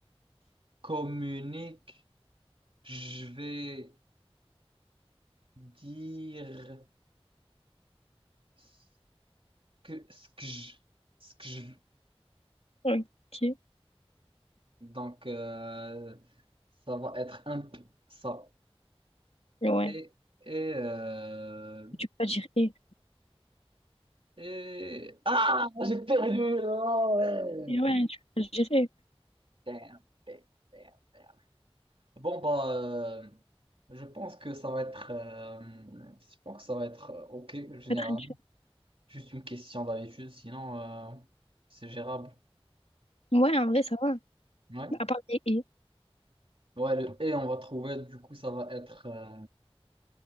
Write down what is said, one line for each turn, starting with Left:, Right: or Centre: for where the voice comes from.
Right: communique, je vais dire ce que, ce que je, ce que je,
Left: Ok.
Right: Donc, euh, ça va être un peu ça.
Left: Ouais.
Right: Et, et, euh,
Left: Tu peux pas dire et.
Right: et... Ah, j'ai perdu! Oh, ouais.
Left: Et ouais, tu peux pas dire
Right: Damn, damn, damn, damn. Bon, bah, euh, je pense que ça va être... euh, je pense que ça va être euh, OK, généralement.
Left: Pas traduire.
Right: Juste une question d'habitude, sinon, euh, c'est gérable.
Left: Ouais, en vrai, ça va.
Right: Ouais.
Left: À part des et,
Right: Ouais, le et on va trouver, du coup, ça va être euh,